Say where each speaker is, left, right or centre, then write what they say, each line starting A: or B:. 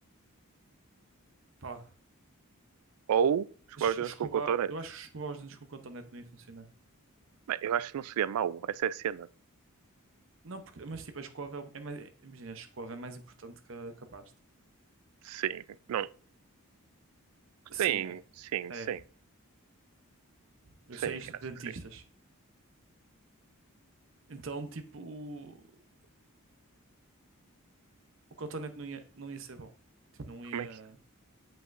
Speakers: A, on the right; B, on the right.
A: Pá,
B: Ou escovar
A: Mas
B: os dentes
A: escovar,
B: com um cotonete.
A: eu acho que escovar os dentes com cotonete não ia funcionar.
B: Bem, eu acho que não seria mau. Essa é a cena.
A: Não, porque, mas tipo, a escova é, é mais, é- imagina, a escova é mais importante que a, que a pasta.
B: Sim, não.
A: Sim,
B: Sim,
A: é.
B: sim,
A: É.
B: sim.
A: Eu
B: Sim,
A: sei isto de
B: acho
A: dentistas.
B: que sim.
A: Então, tipo, o, o cotonete não ia, não ia ser bom. Tipo, não
B: Como
A: ia,
B: é que